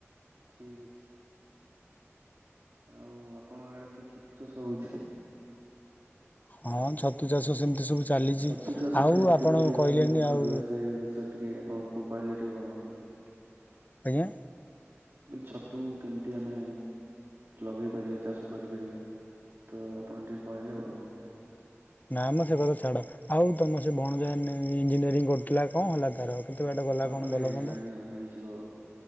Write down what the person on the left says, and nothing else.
ହଁ। ଛତୁ ଚାଷ ସେମିତି ସବୁ ଚାଲିଛି
ଆଉ ଆପଣ
କହିଲେନି
ଆଉ
ଆଜ୍ଞା
ନା ଆମ ସେ କଥା ଛାଡ ଆଉ ତମ ସେ ବଣଜ ଇଞଜିନିୟରିଂ କରୁଥିଲା କଣ ହେଲା ତାର? କେତେ ବାଟ ଗଲା
କ'ଣ
ଭଲ
ମନ୍ଦ